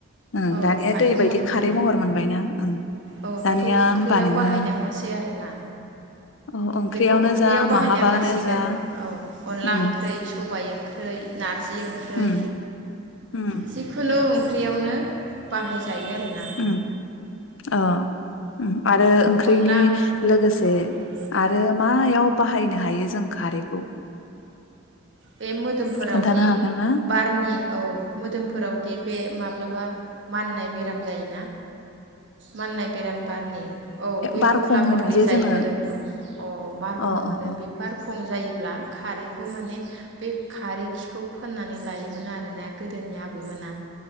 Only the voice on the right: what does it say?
औ
खारै
महर
मोनबाय
औ
बेखौ ओंख्रियाव
बाहायनो हासै आरोना
बेखौ ओंख्रियाव
बाहायनो
हासिगोन
औ अनला
ओंख्रै सबाय ओंख्रै, नारजि ओंख्रै
जिखुनु ओं ख्रियावनो बाहायज जायो आरो ना।
अनला
ओं औ
बे मोदोमफोरावदि
बारनि औ मोदोमफोरावदि बे माब्लाबा माननाय बेराम जायोना। माननाय बेराम बारनि औ बे
बरला
बरलि
जायो
मोदोमदाव अ बारखं
होनो
बे बारखं जायो। अब्ला खारैखौ माने बे खारै खिखौ फोननानै लायोमोन आरोना गोदोनि आबैमोना